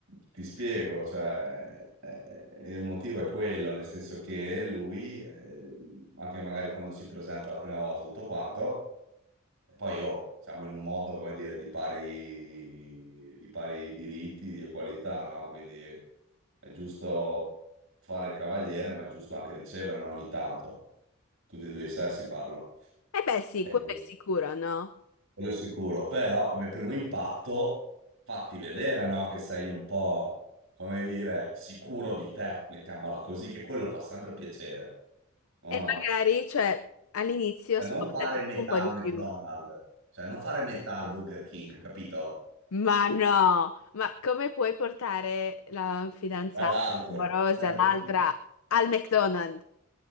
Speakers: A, on the right (about 65°); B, on the left (about 75°).
A: Ti spiego, cioè, eh, eh, il motivo è quello, nel senso che lui, eh, anche magari quando si presenta la prima volta tutto quanto, e poi oh, siamo in un mondo, come dire, di pari, di pari diritti, di equalità, no? Quindi è è giusto fare il cavaliere, ma è giusto anche ricevere, no? Ogni tanto, tutti e due i sessi parlo.
B: beh, sì,
A: Eh,
B: quello è sicuro, no?
A: quello sicuro, però come primo impatto fatti vedere, no? Che sei un po', come dire, sicuro di te, mettiamola così, che quello fa sempre piacere, o
B: E
A: no?
B: magari, cioè, all'inizio
A: Cioè,
B: spostati
A: non fare metà
B: tu un po'
A: al
B: di
A: McDonald's,
B: più.
A: cioè non fare metà al Burger King, capito?
B: Ma no, ma come puoi portare la fidanzata
A: Tra l'altro,
B: amorosa,
A: eh, lo-
B: l'altra,
A: so.
B: al McDonald's?